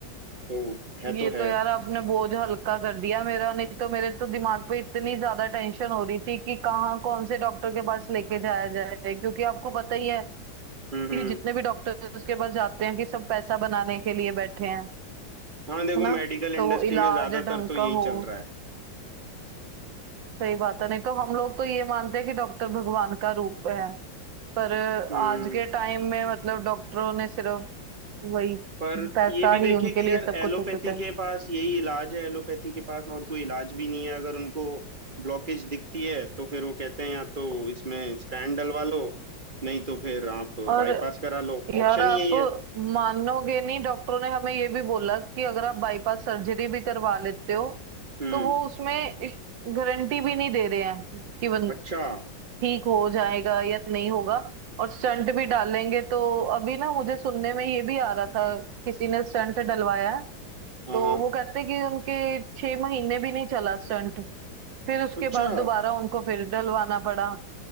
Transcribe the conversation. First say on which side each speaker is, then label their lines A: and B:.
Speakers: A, on the right; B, on the right.
A: तो है
B: ये
A: तो है
B: तो यार आपने बोझ हल्का कर दिया मेरा नहीं तो मेरे तो दिमाग पे इतनी ज्यादा टेंशन हो रही थी कि कहाँ कौन से डॉक्टर के पास लेके जाया जाए क्योंकि आपको पता ही है
A: हम्म
B: कि
A: हम्म
B: जितने भी डॉक्टर्स के पास जाते हैं कि सब पैसा बनाने के लिए बैठे हैं
A: हाँ देखो
B: है ना
A: मेडिकल इंडस्ट्री
B: तो वो इलाज
A: में ज्यादातर
B: ढंग
A: तो
B: का
A: यही
B: हो
A: चल रहा है
B: सही बात है नहीं तो हम लोग तो ये मानते हैं कि डॉक्टर भगवान का रूप है पर
A: हम्म
B: आज के टाइम में मतलब डॉक्टरों ने सिर्फ वही
A: पर
B: पैसा
A: ये भी देखें
B: ही उनके
A: कि
B: लिए
A: यार
B: सब
A: एलोपैथी
B: कुछ हो चुका है
A: के पास यही इलाज है एलोपैथी के पास और कोई इलाज भी नहीं है अगर उनको ब्लॉकेज दिखती है तो फिर वो कहते हैं या तो इसमें स्टैंड डलवा लो नहीं तो फिर आप
B: और
A: बाईपास करा लो
B: यार
A: ऑप्शन
B: आप
A: ही यही है
B: मानोगे नहीं डॉक्टरों ने हमें ये भी बोला कि अगर आप बाईपास सर्जरी भी करवा लेते हो
A: हम्म
B: तो वो उसमें गारंटी भी नहीं दे रहे हैं कि बन-
A: अच्छा
B: ठीक हो जाएगा या नहीं होगा और स्टंट भी डालेंगे तो अभी ना मुझे सुनने में ये भी आ रहा था किसी ने स्टंट डलवाया है
A: हाँ
B: तो
A: हाँ
B: वो कहते कि उनके छह महीने भी नहीं चला स्टंट फिर उसके
A: अच्छा
B: बाद दोबारा उनको फिर डलवाना पड़ा